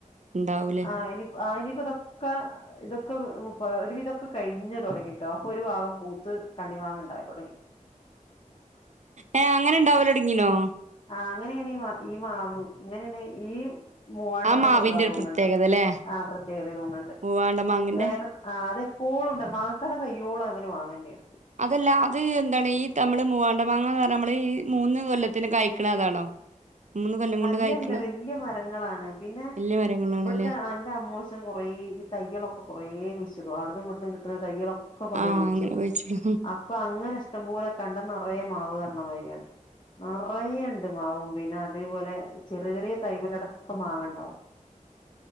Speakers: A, on the right; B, on the left.
A: ഉണ്ടാവൂലേ
B: ആഹ് ഇനി ആഹ് ഇനീപ്പതൊക്കെ ഇതൊക്കെ ഒരുവിധൊക്കെ കഴിഞ്ഞ് തൊടങ്ങിട്ടോ അപ്പൊര് ഭാഗം പൂത്ത് കണ്ണിമാങ്ങണ്ടായ്തൊടങ്ങി.
A: ഏഹ് അങ്ങനെണ്ടാവലൊടങ്ങീനോ?
B: ആഹ് അങ്ങന്യേണ് ഈ മാ ഈ മാവ് ഇങ്ങന്യേണ ഈ മൂവാണ്ടന്റെ
A: ആ മാവിന്റെ
B: സോദാ
A: ഒരു
B: തോന്നുന്നുണ്ട്
A: പ്രത്യേകതല്ലേ
B: ആ പ്രത്യേകത തോന്നുന്നുണ്ട്
A: മൂവാണ്ടൻ മാങ്ങന്റെ
B: വേറെ ആഹ് അതെപ്പോളുംണ്ട് മാങ്ങാക്കാലം കയ്യോളും അതില് മാങ്ങന്നെയാര്ക്കും
A: അതല്ല അത് എന്താണ് ഈ തമ്മള് മൂവാണ്ട മാങ്ങ എന്ന് പറഞ്ഞാൽ നമ്മള് ഈ മൂന്ന് കൊല്ലത്തിന് കായ്ക്കണ അതാണോ മൂന്ന് കൊല്ലം കൊണ്ട്
B: അല്ലല്ല
A: കായ്ക്കണ
B: വല്യ മരങ്ങളാണ് പിന്നെ
A: വല്യ മരങ്ങളാണല്ലേ
B: ഇവിടുത്തെ എന്റെ അമ്മൂസ് ച്ചൻ കുറേ ഈ തൈയളൊക്കെ കുറേ കുഴിച്ചിടും അടുന്നും വിടുന്നും കിട്ടുന്ന തൈകളൊ ഒക്ക കൊണ്ടയി
A: ആഹ്
B: കുഴിച്ചിടും
A: അങ്ങനെ കഴിച്ചിട്ടു
B: അപ്പൊ അങ്ങനെ ഇഷ്ടംപലെ കണ്ടം നിറയെ മാവ് പറണമാതിരിയാണ് നറയുണ്ട് മാവും പിന്നെ അതേപോലെ ചെറിയ ചെറിയ തൈമലടൊക്കെ മാങ്ങണ്ടാവും